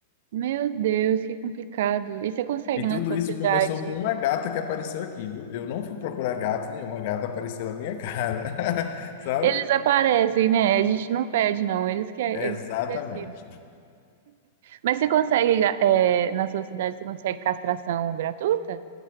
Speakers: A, on the right (about 60°); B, on the left (about 55°).
A: Meu Deus, que complicado. E você consegue
B: E
A: na
B: tudo
A: sua
B: isso
A: cidade
B: começou com uma gata que apareceu aqui, viu? Eu não fui procurar gato nenhum, a gata apareceu na minha cara, <laughs> sabe?
A: Eles aparecem, né? A gente não pede, não. Eles que, é,
B: Exatamente.
A: eles que decidem. Mas você consegue, é, na sua cidade, você consegue castração gratuita?